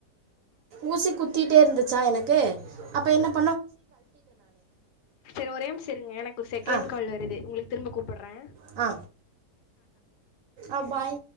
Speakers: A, on the right (about 70°); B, on the left (about 75°).
A: ஊசி குத்திட்டே இருந்துச்சா எனக்கு அப்ப என்னப்
B: செரி ஒரே நிம்ச இருங்க எனக்கு ஒரு செகண்ட்
A: ஆ
B: கால் வருது உங்கள திரும்ப கூப்பிடுறே
A: ஆ அ பாய்